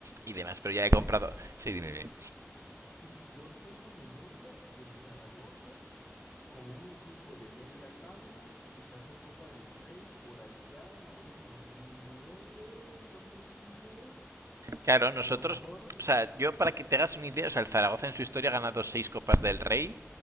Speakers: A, on the right; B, on the left.
A: y demás. Pero ya
B: Yo,
A: he comprado. Sí, dime, dime.
B: Sí, sí, yo tengo memoria del Zaragoza como un equipo de media tabla luchando Copa del Rey por allá en unos 2009, 2010,
A: Claro, nosotros.
B: a lo mejor.
A: O sea, yo para que te hagas una idea, o sea, el Zaragoza en su historia ha ganado seis Copas del Rey,